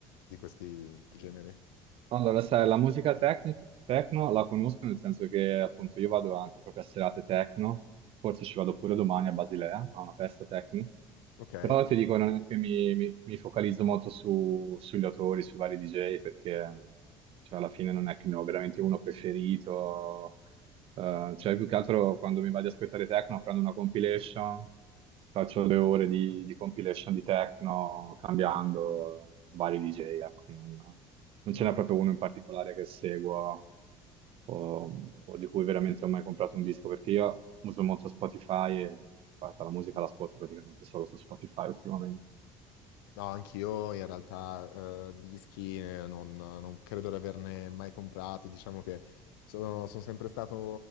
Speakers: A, on the left (about 85°); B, on the right (about 50°).
A: di questi generi.
B: Allora, sai, la musica techni- techno la conosco nel senso che appunto io vado anche proprio a serate techno, forse ci vado pure domani a Basilea, a una festa techno,
A: Ok,
B: però ti dico non è che mi, mi- mi focalizzo molto su- sugli autori, sui vari DJ, perché cioè, alla fine non è che ne ho veramente uno preferito, eh, cioè più che altro quando mi vado ad ascoltare techno prendo una compilation, faccio due ore di, di compilation di techno cambiando vari DJ, ecco, non, non
A: ottimo.
B: ce n'è proprio
A: ok,
B: uno in particolare che seguo o, o di cui veramente ho mai comprato un disco, perché io uso molto Spotify e guarda, la musica
A: ok.
B: l'ascolto praticamente solo su Spotify ultimamente.
A: No, anch'io in realtà eh, dischi eh, non, non credo di averne mai comprati, diciamo che sono, sono sempre stato